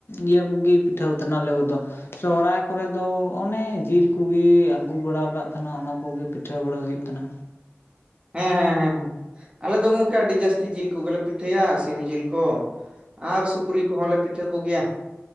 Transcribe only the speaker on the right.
ᱦᱮᱸ ᱦᱮᱸ ᱦᱮᱸ ᱦᱮᱸ ᱟᱞᱮ ᱫᱚ ᱜᱚᱝᱠᱮ ᱟᱹᱰᱤ ᱡᱟᱹᱥᱛᱤ ᱡᱤᱞ ᱠᱚᱜᱮᱞᱮ ᱯᱤᱴᱷᱟᱹᱭᱟ ᱥᱤᱢ ᱡᱤᱞ ᱠᱚ᱾ ᱟᱨ ᱥᱩᱠᱨᱤ ᱠᱚᱦᱚᱸ ᱞᱮ ᱯᱤᱴᱷᱟᱹ ᱠᱚᱜᱮᱭᱟ᱾